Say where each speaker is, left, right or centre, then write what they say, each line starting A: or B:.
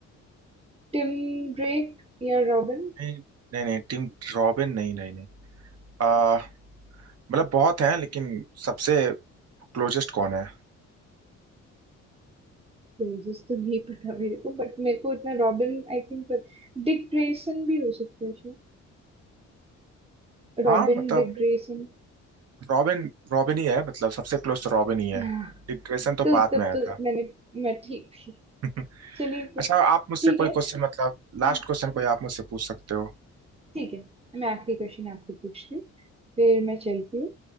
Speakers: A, on the right (about 20°); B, on the right (about 55°).
A: टिम ड्रेक या रॉबिन
B: नहीं नहीं नहीं टिम रॉबिन नहीं नहीं नहीं आ, मतलब बहुत हैं लेकिन सबसे क्लोजेस्ट कौन है
A: क्लोजेस तो नहीं पता मेरे को बट मेरे को इतना रॉबिन आई थिंक पर डिक ग्रेसन भी हो सकता है शायद Robin
B: हाँ मतलब
A: Dick Grayson
B: रॉबिन रॉबिन रॉबिन ही है मतलब सबसे क्लोज तो रॉबिन ही है
A: हाँ,
B: डिक ग्रेसन तो
A: तो
B: बाद
A: तब
B: में आया
A: तो
B: था
A: मैंने मैं ठीक थी
B: <laughs> अच्छा
A: चलिए फिर
B: आप मुझसे
A: ठीक
B: कोई
A: है
B: क्वेश्चन मतलब
A: हम
B: लास्ट क्वेश्चन कोई आप मुझसे पूछ सकते हो
A: ठीक है मैं आखिरी क्वेश्चन आपको पूछती हूँ फिर मैं चलती हूँ